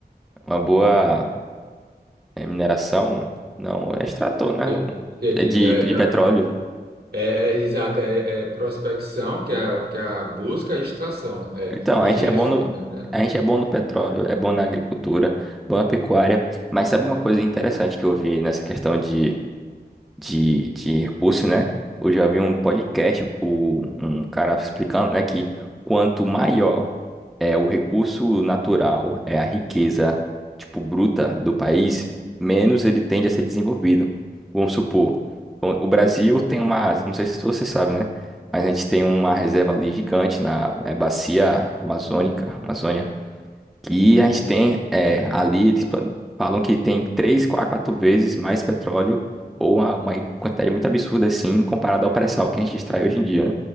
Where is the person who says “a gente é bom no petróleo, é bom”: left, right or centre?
Centre